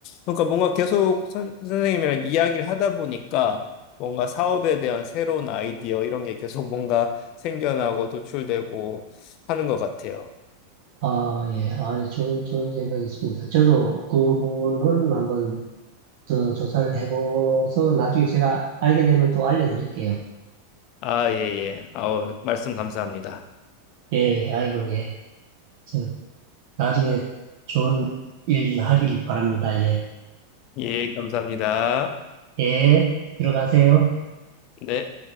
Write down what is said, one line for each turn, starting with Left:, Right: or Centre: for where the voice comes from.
Left: 그러니까 뭔가 계속 선, 선생님이랑 이야기를 하다 보니까 뭔가 사업에 대한 새로운 아이디어 이런 게 계속 <laughs> 뭔가 생겨나고 도출되고 하는 것 같아요.
Right: 아, 예, 아, 좋은, 좋은 생각이 있습니다. 저도 그 부분은 한번 저 조사를 해봐서 나중에 제가 알게 되면 또 알려드릴게요.
Left: 아, 예, 예. 아우, 말씀 감사합니다.
Right: 예, 예, 아이고, 예. 저 나중에 좋은 일 하길 바랍니다. 예,
Left: 예, 감사합니다.
Right: 예, 들어가세요.
Left: 네.